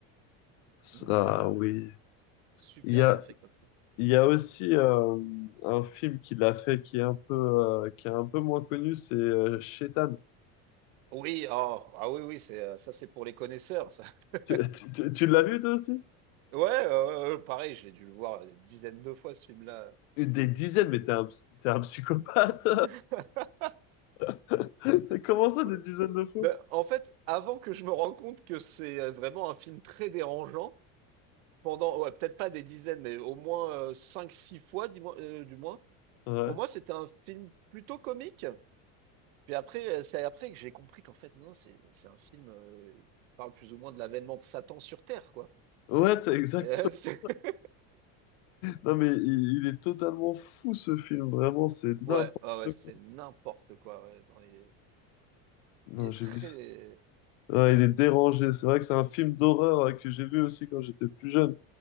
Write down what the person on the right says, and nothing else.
Donc, euh,
super
bien fait comme film.
Oui, ah ah oui, oui, c'est euh, ça, c'est pour les connaisseurs, ça. <laughs>
Ouais, euh, euh, pareil, je l'ai dû le voir des dizaines de fois, ce film-là.
<laughs>
Ouais.
Ben, en fait, avant que je me rende compte que c'est euh, vraiment un film très dérangeant, pendant, ouais, peut-être pas des dizaines, mais au moins euh, cinq, six fois, dis-moi, euh, du moins,
pour moi, c'était un film plutôt comique. Puis après, euh, c'est après que j'ai compris qu'en fait, non, c'est c'est un film euh, qui parle plus ou moins de l'avènement de Satan sur Terre, quoi.
<laughs>
Ouais, ouais, ouais, c'est
n'importe quoi. Ouais. Non, il est,
il est
très.